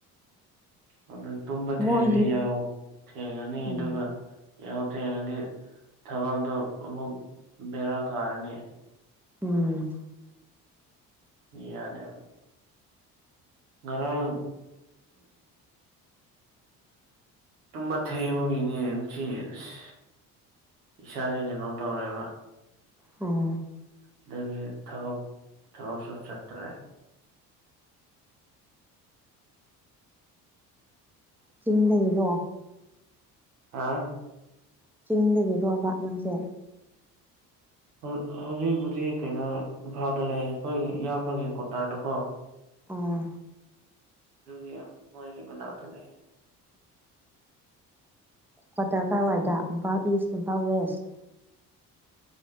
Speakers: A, on the right; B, in the centre.
A: ꯑꯗꯨ ꯇꯨꯝꯕ
B: ꯃꯣꯏ
A: ꯊꯦꯡꯉꯅꯤ ꯌꯥꯍꯧ ꯊꯦꯡꯉꯅꯤ
B: ꯎꯝ
A: ꯑꯗꯨꯒ ꯌꯥꯍꯧ ꯊꯦꯡꯉꯗꯤ ꯊꯕꯛꯇꯣ ꯑꯃꯨꯛ ꯕꯦꯔꯥ ꯀꯥꯔꯅꯤ
B: ꯎꯝ
A: ꯌꯥꯗꯦ ꯉꯔꯥꯡ ꯇꯨꯝꯕ ꯊꯦꯡꯕꯒꯤꯅꯦ ꯉꯁꯤ ꯑꯁ ꯏꯁꯥꯁꯦ ꯀꯩꯅꯣ ꯇꯧꯔꯦꯕ
B: ꯎꯝ
A: ꯑꯗꯨꯒꯤ ꯊꯕꯛ ꯊꯕꯛꯁꯨ ꯆꯠꯇ꯭ꯔꯦ
B: ꯆꯤꯡꯗꯒꯤꯔꯣ
A: ꯍꯥ
B: ꯆꯤꯡꯗꯒꯤꯔꯣꯕ ꯅꯪꯁꯦ
A: ꯍꯧꯖꯤꯛ ꯍꯧꯖꯤꯛꯄꯨꯗꯤ ꯀꯩꯅꯣ ꯏꯝꯐꯥꯜꯗ ꯂꯩ ꯑꯩꯈꯣꯏꯒꯤ ꯏꯌꯥꯝꯕꯒꯤ ꯀꯣꯇꯥꯔꯗꯀꯣ
B: ꯑꯣ
A: ꯑꯗꯨꯒꯤ ꯃꯣꯢꯒꯤ ꯃꯅꯥꯛꯇ ꯂꯩꯌꯦ
B: ꯀ꯭ꯋꯥꯇꯔ ꯀꯥꯏꯋꯥꯏꯗ ꯏꯝꯐꯥꯜ ꯏꯁ ꯏꯝꯐꯥꯜ ꯋꯦꯁ